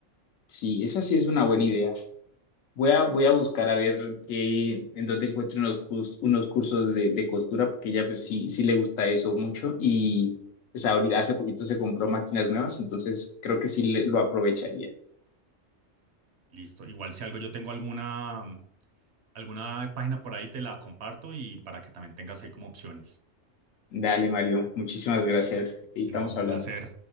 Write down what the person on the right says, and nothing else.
Listo. Igual si algo yo tengo alguna, mm, alguna página por ahí, te la comparto y para que también tengas ahí como opciones.
No, un
placer.